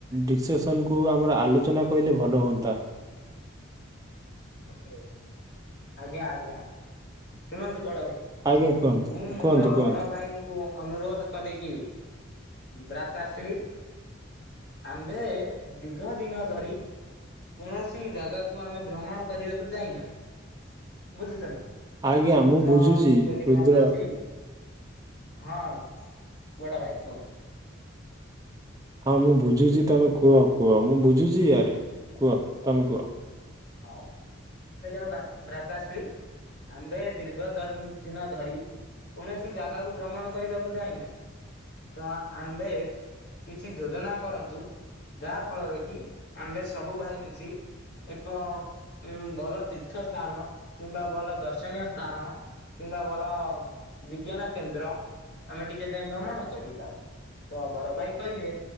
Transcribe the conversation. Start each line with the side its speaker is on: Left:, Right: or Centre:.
Right: ଡିସେସନକୁୁ ଆମର ଆଲୋଚନା କହିଲେ ଭଲ ହୁଅନ୍ତା।
Left: ଓକେ ଆଜ୍ଞା ଆଜ୍ଞା। ଶୁଣନ୍ତୁ ବଡ ଭାଇ
Right: ଆଜ୍ଞା କୁହନ୍ତୁ
Left: ମୁଁ ମୋର
Right: କୁହନ୍ତୁ କୁହନ୍ତୁ
Left: ବଡ ଭାଇ କୁ ଅନୁରୋଧ କଲି କି ବ୍ରାତାଶ୍ରୀ ଆମ୍ଭେ ଦୀର୍ଘ ଦିନ ଧରି କୌଣସି ଜାଗାକୁ ଆମେ ଭ୍ରମଣ କରିବାକୁ ଯାଇନାହିଁ ବୁଝୁଚନ୍ତି ନା?
Right: ଆଜ୍ଞା। ମୁଁ
Left: ତ
Right: ବୁଝୁଛି
Left: ମୁଁ କହିଲି
Right: ରୁଦ୍ର
Left: ଭ୍ରାତାଶ୍ରୀ ହଁ ବଡ ଭାଇ କୁହନ୍ତୁ।
Right: ହଁ ମୁଁ ବୁଝୁଛି ତମେ କୁହ କୁହ ମୁଁ ବୁଝୁଛି ଆରେ କୁହ ତମେ କୁହ।
Left: ହଉ ମୁଁ କହିଲି ଆଉ ଭା ଭ୍ରାତାଶ୍ରୀ ଆମ୍ଭେ ଦୀର୍ଘ ର୍ଦ ଦିନ ଧରି କୌଣସି ଜାଗାକୁ ଭ୍ରମଣ କରିବାକୁ ଯାଇନାହେଁ ତ ଆମ୍ଭେ କିଛି ଯୋଜନା କରନ୍ତୁ ଯାହା ଫଳରେ କି ଆମ୍ଭେ ସବୁ ଭାଇ ମିଶି କ ଉଁ ଭଲ ତୀର୍ଥ ସ୍ଥାନ କିମ୍ବା ଭଲ ଦର୍ଶନୀୟ ସ୍ଥାନ କିମ୍ବା ଭଲ ବିଜ୍ଞାନ କେନ୍ଦ୍ର ଆମେ ଟିକେ ଯାଇ ଭ୍ରମଣ କରିବା। ତ ବଡ ଭାଇ କହିଲେ